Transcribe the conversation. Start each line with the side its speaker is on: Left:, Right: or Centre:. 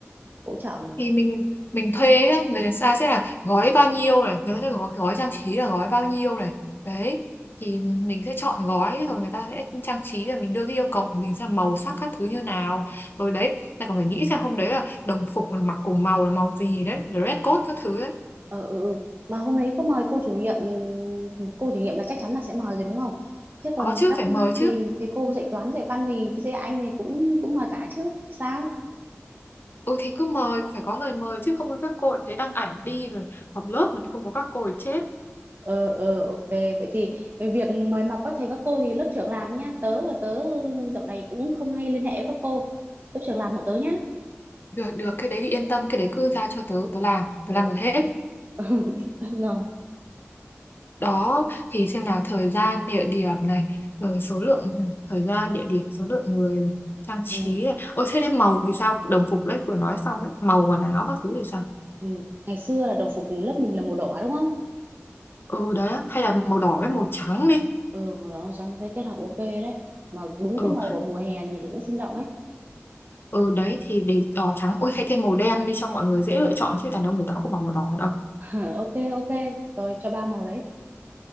Right: hỗ trợ mình
Left: thì mình mình thuê nhá, người ta sẽ là gói bao nhiêu này người ta sẽ gói, gói trang trí là gói bao nhiêu này đấy thì mình sẽ chọn gói rồi người ta sẽ trang trí rồi mình đưa cái yêu cầu của mình ra màu sắc các thứ như nào rồi đấy lại còn phải nghĩ xem hôm đấy là đồng phục là mặc cùng màu là màu gì đấy dress code các thứ đấy
Right: ờ ừ, ừ. mà hôm đấy có mời cô chủ nhiệm cô chủ nhiệm là chắc chắn là sẽ mời rồi đúng không thế còn
Left: có chứ
Right: các
Left: phải mời chứ
Right: thầy thầy cô dạy toán dạy văn thì dạy anh thì cũng cũng mời cả chứ sao
Left: ừ thì cứ mời phải có lời mời chứ không các cô lại thấy đăng ảnh đi rồi họp lớp mà lại không có các cô thì chết
Right: ờ ờ ok vậy thì việc mời mọc các thầy các cô thì lớp trưởng làm nhá tớ là tớ dạo này cũng không hay liên hệ với các cô lớp trưởng làm hộ tớ nhá
Left: được được cái đấy thì yên
Right: Ờ,
Left: tâm cái
Right: ừ,
Left: đấy cứ giao cho tớ tớ làm tớ
Right: ừ.
Left: làm được hết
Right: <laughs> tao nói
Left: đó thì xem nào thời gian địa điểm này rồi số lượng ừ, thời gian địa điểm số lượng người này, trang trí
Right: ừ.
Left: này. Ôi thế nên màu thì sao đồng phục đấy vừa nói xong đấy màu quần áo các thứ thì sao
Right: ừ. ngày xưa là đồng phục lớp mình là màu đỏ đúng không
Left: ừ đấy hay là màu đỏ với màu trắng đi
Right: ừ màu đỏ màu trắng sẽ kết hợp ok đấy mà đúng
Left: ừ
Right: cái màu vào mùa hè nhìn nó cũng sinh động ấy
Left: ừ đấy thì để đỏ trắng ôi hay thêm màu đen đi cho mọi người dễ lựa chọn
Right: Ừ.
Left: chứ đàn ông người ta cũng không bằng màu đỏ đâu
Right: <laughs> ok ok rồi cho ba màu đấy